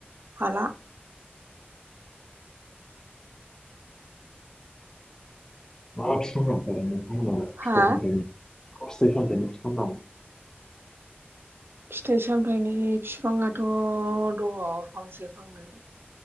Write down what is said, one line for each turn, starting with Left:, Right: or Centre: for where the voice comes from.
Right: हाला।
Left: माबा <unintelligible> फिथाइ
Right: हा
Left: सामथाइनि फिफां दं
Right: फिथाइ सामथाइनि बिफाङाथ' दङ फांसे फांनै